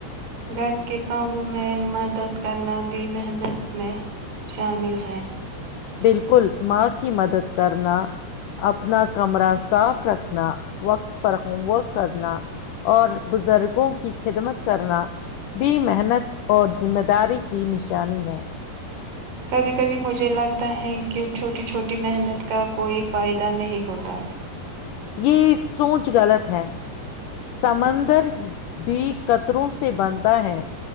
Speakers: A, on the right (about 50°); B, on the left (about 70°).
A: گھر کے کاموں میں مدد کرنا بھی محنت میں شامل ہے
B: بالکل ماں کی مدد کرنا اپنا کمرہ صاف رکھنا وقت پر ہوم ورک کرنا اور بزرگوں کی خدمت کرنا بھی محنت اور ذمہ داری کی نشانی ہے
A: کبھی کبھی مجھے لگتا ہے کہ چھوٹی چھوٹی محنت کا کوئی فائدہ نہیں ہوتا
B: یہ سوچ غلط ہے سمندر بھی کطروں سے بنتا ہے